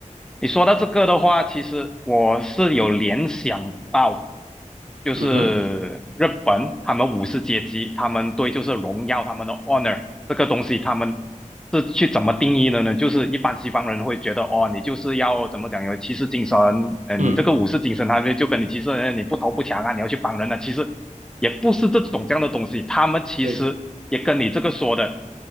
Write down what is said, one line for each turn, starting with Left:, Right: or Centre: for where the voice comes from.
Centre: 你说到这个的话，其实我是有联想到，就是日本他们武士阶级，
Right: 嗯哼。
Centre: 他们对就是荣耀他们的 honor 这个东西，他们是去怎么定义的呢？就是一般西方人会觉得，哦，你就是要怎么讲，有骑士精神，呃，
Right: 嗯
Centre: 你这个武士精神，他们就跟你骑士，呃你不投不抢啊，你要去帮人啊，其实也不是这种这样的东西，他们其实也跟你这个说的
Right: 对，